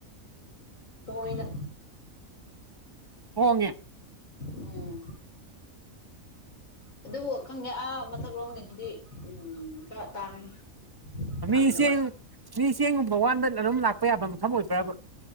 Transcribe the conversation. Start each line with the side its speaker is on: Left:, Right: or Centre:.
Left: ꯍꯣꯏꯅ
Right: ꯍꯣꯡꯉꯦ
Left: ꯎꯝ ꯑꯗꯨꯕꯨ ꯈꯪꯉꯦ ꯑꯥ ꯃꯊꯛ ꯂꯣꯒꯤ ꯑꯗꯨꯗꯤ ꯎꯝ ꯈꯔ ꯇꯥꯡꯉꯦ ꯐꯪꯗꯕ
Right: ꯃꯤ ꯆꯦꯡ ꯃꯤ ꯆꯦꯡꯒꯨꯝꯕ ꯋꯥꯟꯕ ꯑꯗꯨꯝ ꯂꯥꯛꯄ ꯌꯥꯕ ꯃꯐꯝ ꯑꯣꯏꯕ꯭ꯔꯕ